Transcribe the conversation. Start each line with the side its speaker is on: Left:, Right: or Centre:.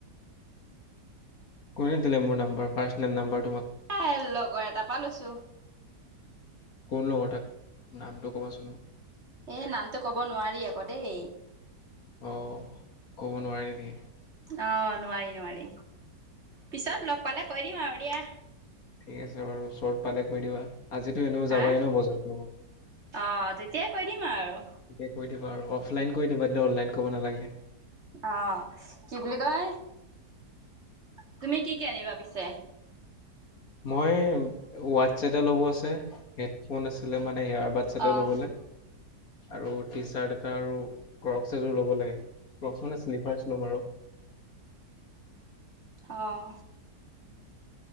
Left: কোনে দিলে মোৰ নাম্বাম পাৰচেনেল নম্বৰ তোমাক
Right: এ লগৰ এটাৰ পৰা লৈছো।
Left: কোন লগৰ তাক নামটো কবাচোন মোক
Right: এ নামটো কব নোৱাৰি আকৌ দেই।
Left: অ কব নোৱাৰি নি
Right: অ' নোৱাৰি নোৱাৰি, পিছত লগ পালে কৈ দিম আৰু দিয়া
Left: ঠিক আছে বাৰু ওচত পালে কৈ দিবা। আজিতো এনেও
Right: হা
Left: যাবাই ন বজাৰ ফুৰব।
Right: অ' তেতিয়াই কৈ দিম আৰু।
Left: এতিয়া কৈ দিবা আৰু অফলাইন কৈ দিবা এ অনলাইন কব নালাগে।
Right: অ কি বুলি কয়। তুমি কি কি আনিবা পিছে
Left: মই হোৱাটছেতত লগোৱা আছে হেডফোন আছিলে মানে। নে ইয়াৰ বাচ্ছাটোৰ
Right: অ'
Left: লবলে, আৰু টি-চাৰ্ট এটা আৰু ক্ৰম এযোৰ লব লে, প্ৰথমে শ্লিপাৰচ ল'ম আৰু।
Right: অ',